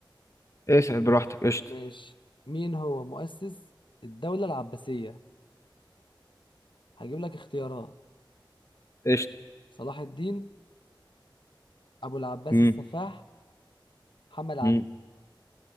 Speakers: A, on the left (about 35°); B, on the left (about 70°).
A: اسعد براحتك قشطة
B: ماشي مين هو مؤسس الدوله العباسيه هجيب لك اختيارات
A: قشطة
B: صلاح الدين ابو العباس
A: مم.
B: السفاح محمد علي
A: مم.